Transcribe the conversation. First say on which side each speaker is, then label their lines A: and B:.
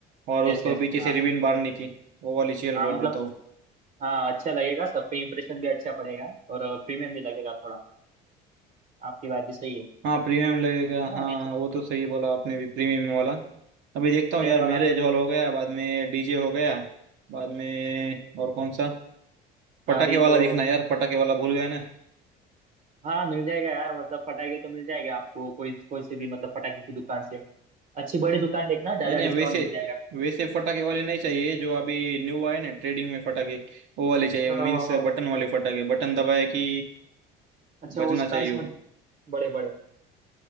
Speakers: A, on the right (about 70°); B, on the right (about 45°).
A: और उसको
B: Yes yes
A: पीछे
B: हाँ
A: से रिबन बांधने की वो वाली चेयर
B: हाँ
A: बोल
B: मतलब
A: रहा था वो
B: हाँ अच्छा लगेगा सब पे इम्प्रेशन भी अच्छा पड़ेगा और प्रीमियम भी लगेगा थोड़ा आपकी बात भी सही है
A: हाँ प्रीमियम लगेगा
B: हाँ
A: हाँ
B: ये
A: वो तो सही बोला आपने भी प्रीमियम वाला अभी देखता हूँ
B: शेयर
A: यार
B: वाला
A: मैरिज हॉल हो गया बाद में डीजे हो गया बाद में और कौन सा पटाखे
B: अभी
A: वाला
B: तो
A: देखना यार पटाखे वाला भूल गया ना
B: हाँ मिल जाएगा यार मतलब फटाके तो मिल जाएगा आपको कोई कोई से भी मतलब फटाके की दुकान से अच्छी बड़ी दुकान देखना ज्यादा
A: नहीं नहीं
B: डिस्काउंट
A: वैसे
B: मिल जाएगा
A: वैसे फटाके वाले नहीं चाहिए जो अभी न्यू आए ना ट्रेडिंग में फटाके वो वाले चाहिए
B: हाँ
A: मीन्स
B: हाँ हाँ
A: बटन वाले फटाके बटन दबाए कि
B: अच्छा
A: बजना
B: वो स्काई
A: चाहिए
B: शॉट
A: वो
B: बड़े बड़े